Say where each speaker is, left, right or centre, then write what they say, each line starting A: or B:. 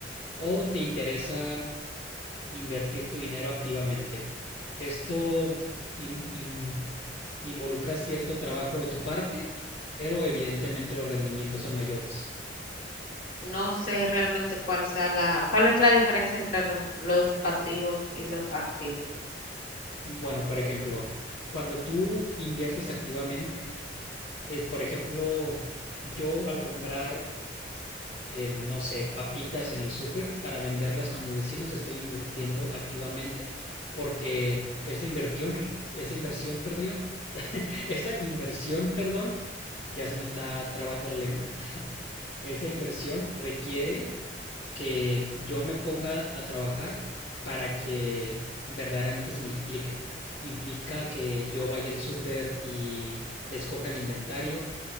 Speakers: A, on the left; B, on the left.
A: o te interesa invertir tu dinero activamente. Esto in- in- involucra cierto trabajo de tu parte, pero evidentemente los rendimientos son mayores.
B: No sé realmente cuál sea la, cuál es la diferencia entre los, los pasivos y los activos.
A: Bueno, por ejemplo, cuando tú inviertes activamente, eh, por ejemplo, yo al comprar eh, no sé, papitas en el súper para venderlas con mis vecinos, estoy invirtiendo activamente porque esa inversión, esa inversión, perdón, <laughs> esa inversión, perdón, ya se me está trabando la lengua, esa inversión requiere que yo me ponga a trabajar para que verdaderamente se multiplique. Implica que yo vaya al súper y escoja el inventario,